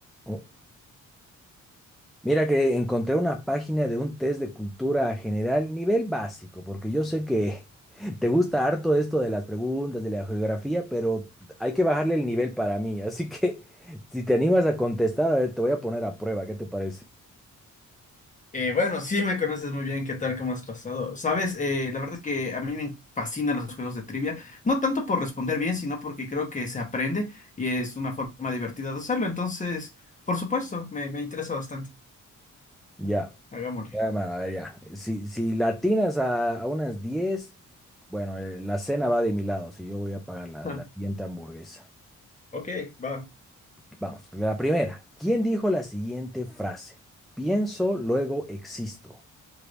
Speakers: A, in the centre; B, on the left.
A: Oh, Mira que encontré una página de un test de cultura general, nivel básico, porque yo sé que <laughs> te gusta harto esto de las preguntas, de la geografía, pero hay que bajarle el nivel para mí. Así que <laughs> si te animas a contestar, a ver, te voy a poner a prueba, ¿qué te parece?
B: Eh, bueno, sí me conoces muy bien, ¿qué tal? ¿Cómo has pasado? Sabes, eh, la verdad es que a mí me fascinan los juegos de trivia, no tanto por responder bien, sino porque creo que se aprende y es una forma divertida de hacerlo. Entonces, por supuesto, me, me interesa bastante.
A: Ya,
B: Hagámosle.
A: ya, hermano, a ver, ya. Si, si la atinas a, a unas diez bueno, eh, la cena va de mi lado, si yo voy a pagar la,
B: <laughs>
A: la siguiente hamburguesa.
B: Ok, va. Ok.
A: Vamos, la primera. ¿Quién dijo la siguiente frase? Pienso, luego existo.